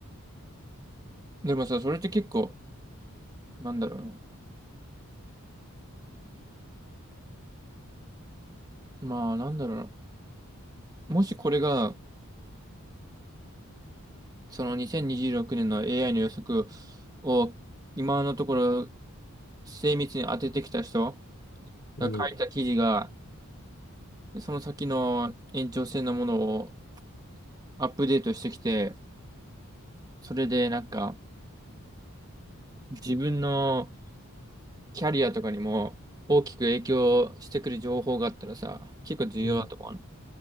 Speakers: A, on the right (about 15°); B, on the left (about 45°).
A: でもさ、それって結構、なんだろうな。まあ、なんだろうな。もしこれが、その2026年の AI の予測を今のところ精密に当ててきた人が書いた記事が、
B: うん、
A: その先の延長線のものをアップデートしてきて、それでなんか自分のキャリアとかにも大きく影響してくる情報があったらさ、結構重要だと思うね。
B: うん、